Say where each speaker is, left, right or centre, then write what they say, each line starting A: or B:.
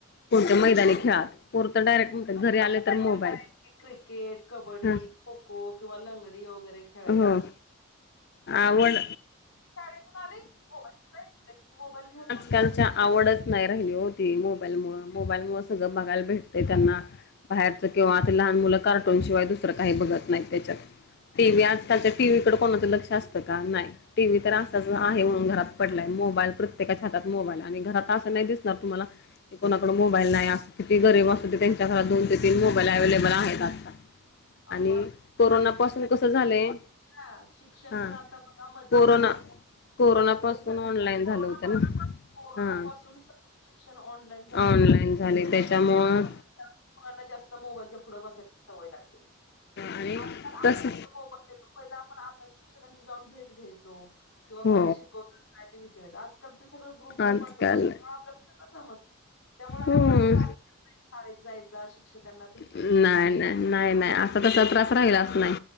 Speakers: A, on the left; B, on the left.
A: कोणत्या मैदानी खेळात पोर तर डायरेक्ट म्हणतात
B: कशी
A: घरी आले
B: पहिले
A: तर मोबाईल.
B: <unintelligible> क्रिकेट, कबड्डी,
A: हा
B: खो खो, किंवा लंगडी व वगैरे खेळायचे
A: हो आवड
B: तिथून आली मोबाईल कुठेय <unintelligible> मोबाईल घ्याचा
A: त्यांच्या आवडच नाही राहिली होती मोबाईल मुळ मोबाईल मुळ सगळं बघायला भेटते त्यांना. बाहेरच किंवा आता लहान मुलं कार्टून शिवाय दुसरं काही बघत नाहीत त्याच्यात. टी व्ही आजकालच्या टीव्ही कडे कोणाचं लक्ष असतं का? नाही. टी व्ही तर असाच आहे म्हणून घरात पडलाय मोबाईल प्रत्येकाच्या हातात मोबाईल आणि घरात असं नाही दिसणार तुम्हाला ते कोणाकड मोबाईल नाही अस किती गरीब असुदे त्यांच्या घरात दोन ते तीन मोबाईल अव्हेलेबल आहेत. आणि
B: अहो
A: कोरोना पासून कस झालंय
B: ह शिक्षण
A: हा
B: पण आता बघा मध्ये
A: कोरोना
B: आता
A: कोरोना पासून
B: तर सगळ
A: ऑनलाईन
B: कोरोना
A: झालं होतं
B: पासुन
A: ना.
B: कोरोना
A: हा
B: पासून सगळ शिक्षण ऑनलाइन झालेय.
A: ऑनलाईन झाले
B: <unintelligible>
A: त्याच्यामुळं
B: ना जास्त मोबाईलच्या पुढ बसायची सवय लागली
A: आणि
B: आजकाल आपण
A: तस
B: पण मोबाईल पहिला आपण आपल्या शिक्षकांची जाऊन भेट घ्यायचो किंवा
A: हो
B: काय शिकवतात काय ते विचारायचं आज कारन ते सगळं ग्रुपवर
A: आजकाल
B: पाठवतात, आपल्याला समजतंय त्यामुळं आपण
A: हम्म
B: लई त्रास शाळेत जायचा शिक्षकांना भेट
A: नाही नाही नाही नाही आता तसा त्रास राहिलाच नाही